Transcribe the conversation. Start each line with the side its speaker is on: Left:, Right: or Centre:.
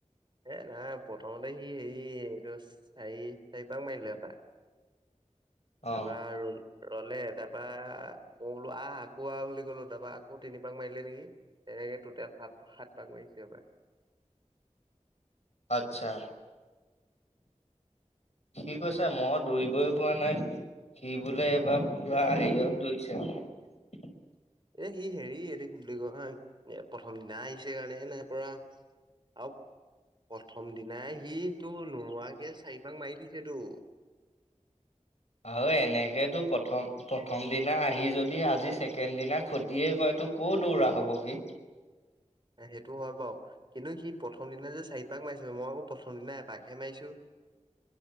Right: এ না প্ৰথমতে সি হেৰি এইটো চাৰি চাৰিপাক মাৰিলে হপা।
Left: অ
Right: তাৰপা ৰ ৰলে তাৰপা। লো আহ আকৌ আহ বুলি ক'লো। তাৰাপা আকৌ তিনি পাক মাৰিলে নেকি তেনেকে টোটেল সাত সাত পাক মাৰিছে এবাৰ।
Left: আচ্ছা। সি কৈছে মই দৌৰিবই পৰা নাই সি বোলে এইবাৰ পুৰা
Right: এই
Left: হেৰিত দৌৰিছে। <unintelligible>
Right: এ সি হেৰি এইটো কি বুলি কয় এ প্ৰথম দিনা আহিছে কাৰণে নাই পৰা। আৰু প্ৰথম দিনা সি তো নোৰোৱাকে চাৰিপাক মাৰি দিছে তো।
Left: অ এনেকেতো প্ৰথম। প্ৰথম দিনা আহি যদি আজি ছেকেণ্ড দিনা খতিয়ে কৰেটো কৌ দৌৰা হ'ব সি।
Right: সেইটো হয় বাৰু। কিন্তু সি প্ৰথম দিনা যে চাৰিপাক মাৰিছে, মই আকৌ প্ৰথম দিনা এপাকহে মাৰিছো।